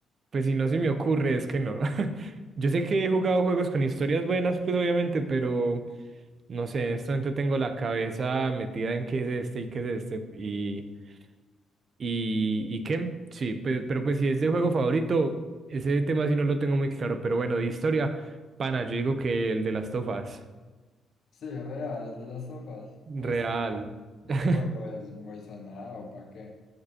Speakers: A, on the right; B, on the left.
A: pues si no se me ocurre, es que no. <laughs> Yo sé que he jugado juegos con historias buenas, pues obviamente, pero no sé, en este momento tengo la cabeza metida en qué es este y qué es este. Y ¿Y, y qué? Sí, pe- pero, pues si es de juego favorito, ese tema sí no lo tengo muy claro, pero bueno, de historia, pana, yo digo que el de las tofas,
B: Sí, es real, es de las sofás.
A: real.
B: Pues que ese
A: <laughs>
B: juego es muy sonado, ¿para qué?